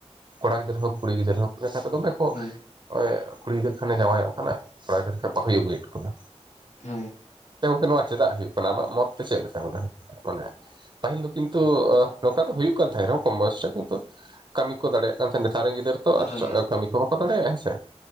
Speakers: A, on the right; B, on the left.
A: ᱠᱚᱲᱟ ᱜᱤᱫᱽᱟᱹᱨ ᱦᱳᱠ ᱠᱩᱲᱤ ᱜᱤᱫᱽᱟᱹᱨ ᱦᱳᱠ ᱢᱮᱛᱟᱨ ᱫᱚ ᱫᱚᱢᱮ ᱠᱚ
B: ᱦᱳᱭ
A: ᱚᱭ ᱠᱩᱲᱤᱫᱟᱹᱨ ᱠᱷᱟᱱᱮ ᱡᱟᱶᱟᱭᱚᱜ ᱠᱟᱱᱟᱭ ᱠᱚᱲᱟ ᱜᱤᱫᱟᱹᱨᱟᱹ ᱠᱷ ᱵᱟ ᱦᱩᱭ ᱟᱹᱜᱩᱭᱮᱫᱚᱣᱟ᱾
B: ᱦᱳᱭ
A: ᱠᱮ ᱱᱚᱣᱟ ᱪᱮᱫᱟᱜ ᱦᱩᱭᱩᱜ ᱠᱟᱱᱟ ᱟᱢᱟᱜ ᱢᱚᱛ ᱛᱮ ᱪᱮᱫ ᱞᱮᱠᱟ ᱦᱩᱭᱩᱜ ᱠᱟᱱᱟ ᱢᱟᱱᱮ ᱯᱟᱹᱦᱤᱞ ᱫᱚ ᱠᱤᱱᱛᱩ ᱱᱚᱝᱠᱟ ᱫᱚ ᱦᱩᱭᱩᱜᱭᱳᱜ ᱠᱟᱱ ᱛᱟᱦᱮᱸ ᱨᱮᱦᱚᱸ ᱠᱚᱢ ᱵᱚᱭᱮᱥᱴ ᱨᱮ ᱠᱤᱱᱛᱩ ᱠᱟᱹᱢᱤ ᱠᱚ ᱫᱟᱲᱮᱭᱟᱜ ᱠᱟᱱ ᱛᱟᱦᱮᱸᱫ ᱱᱮᱛᱟᱨ ᱨᱮᱱ ᱜᱤᱫᱟᱹᱨ ᱛᱚ
B: ᱦᱳᱭ
A: ᱟᱨ ᱠᱟᱹᱢᱤ ᱠᱚ ᱵᱟᱠᱚ ᱫᱟᱲᱮᱭᱟᱜᱼᱟ ᱦᱮᱸ ᱥᱮ